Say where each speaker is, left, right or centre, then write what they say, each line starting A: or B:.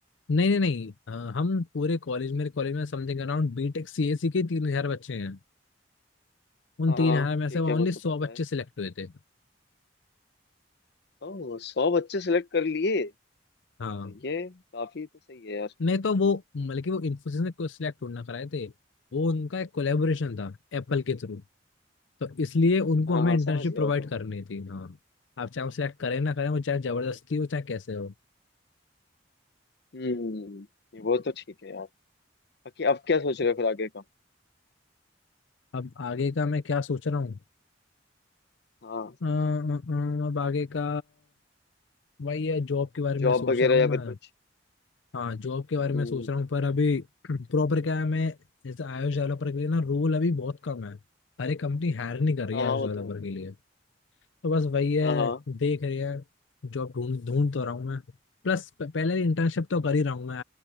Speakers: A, on the left; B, on the left.
A: नहीं नहीं नहीं अ, हम पूरे कॉलेज मेरे कॉलेज में समथिंग अराउंड बीटेक सीएसी के तीन हजार बच्चे हैं उन
B: हाँ
A: तीन
B: हाँ
A: हजार में
B: ठीक
A: से ओनली
B: है वो तो
A: सौ
B: पता
A: बच्चे
B: है
A: सिलेक्ट हुए थे
B: तो सौ बच्चे सिलेक्ट कर लिए
A: हाँ
B: सही है काफी तो सही है यार
A: नहीं तो वो मतलब कि वो इन्फोसिस ने कोई सिलेक्ट ना कराए थे वो उनका एक कोलेबोरेशन था एप्पल के थ्रू तो इसलिए उनको
B: हाँ
A: हमें
B: हाँ
A: इंटर्नशिप
B: समझ गया
A: प्रोवाइड
B: वो तो
A: करनी थी हाँ आप चाहे वो सिलेक्ट करें ना करें वो चाहे जबरदस्ती
B: हाँ
A: हो चाहे कैसे हो
B: हम्म ये वो तो ठीक है यार बाकी अब क्या सोच रहे हो फिर आगे का
A: अब आगे का मैं क्या सोच रहा हूँ
B: हाँ
A: अ, अ, अ, अब आगे का वही है जॉब के बारे
B: जॉब
A: में सोच
B: वगैरह
A: रहा हूँ
B: या
A: मैं
B: फिर कुछ
A: हाँ जॉब के
B: हम्म
A: बारे में सोच रहा हूँ पर अभी <clears throat> प्रॉपर क्या है मैं जैसे iOS डेवलपर के लिए ना रोल अभी बहुत कम है हर एक कंपनी हायर नहीं कर रही
B: हाँ
A: है
B: हाँ
A: iOS
B: वो
A: डेवलपर
B: तो
A: के लिए तो बस वही है
B: है। हाँ हाँ
A: देख रही है जॉब ढूंढ ढूंढ तो रहा हूँ मैं प्लस प- पहले इंटर्नशिप तो कर ही रहा हूँ मैं